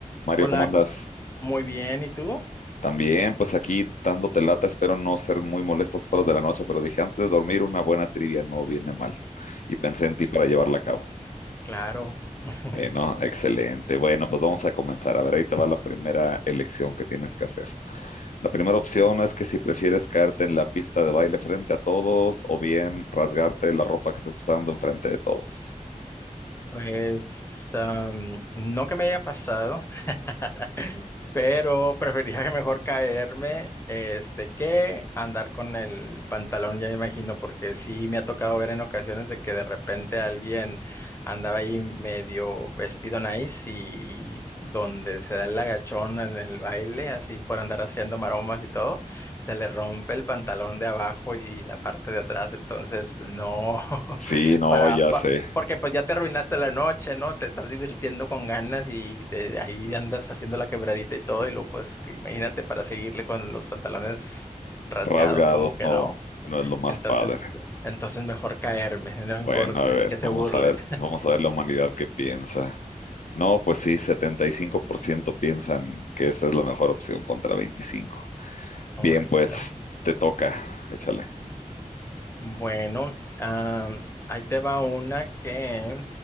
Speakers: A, on the left (about 70°); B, on the left (about 20°).
A: Mario,
B: Hola,
A: ¿cómo andas?
B: co- muy bien, ¿y tú?
A: También, pues aquí dándote lata, espero no ser muy molesto a estas horas de la noche, pero dije, antes de dormir, una buena trivia no viene mal. Y pensé en ti para llevarla a cabo.
B: Claro. <laughs>
A: Eh, no, excelente. Bueno, pues vamos a comenzar. A ver, ahí te va la primera elección que tienes que hacer. La primera opción es que si prefieres caerte en la pista de baile frente a todos o bien rasgarte la ropa que estás usando enfrente de todos.
B: Pues am, no que me haya pasado, <laughs> pero preferiría que mejor caerme este que andar con el pantalón, ya me imagino, porque sí me ha tocado ver en ocasiones de que de repente alguien andaba ahí medio vestido nice y, y donde se da el agachón en el baile, así por andar haciendo maromas y todo, se le rompe el pantalón de abajo y la parte de atrás, entonces no. <laughs>
A: Sí, no,
B: Para,
A: ya
B: pa-
A: sé.
B: porque pues ya te arruinaste la noche, ¿no? Te estás divirtiendo con ganas y de ahí andas haciendo la quebradita y todo, y luego pues que imagínate para seguirle con los pantalones rasgados,
A: Rasgados,
B: como que
A: no,
B: no.
A: no es lo más
B: Entonces,
A: padre.
B: entonces mejor caerme, no importa,
A: Bueno, a ver,
B: que se
A: vamos
B: burlen.
A: a ver, vamos a ver la humanidad qué piensa. No, pues sí, 75% piensan que esa es la mejor opción contra 25.
B: <laughs>
A: Bien,
B: Órale,
A: pues
B: órale.
A: te toca, échale.
B: Bueno, am, ahí te va una que